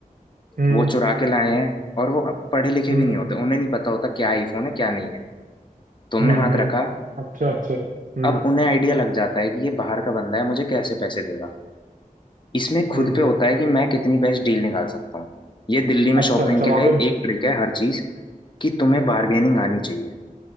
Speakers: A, on the right; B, on the left.
A: हम्म
B: वो चुरा के लाए हैं और वो पढ़े लिखे
A: हम्म
B: भी नहीं होते उन्हें नहीं पता होता क्या आईफोन है क्या नहीं है तुमने
A: हम्म
B: हाथ
A: हम्म
B: रखा
A: अच्छा अच्छा हम्म
B: अब उन्हें आइडिया लग जाता है कि ये बाहर का बंदा है मुझे कैसे पैसे देगा इसमें खुद
A: हम्म
B: पे
A: हम्म
B: होता है कि मैं कितनी बेस्ट डील निकाल सकता हूँ ये दिल्ली में
A: अच्छा
B: शॉपिंग
A: अच्छा
B: के
A: वहां
B: लिए
A: पे
B: एक ट्रिक है हर चीज कि तुम्हें बार्गेनिंग आनी चाहिए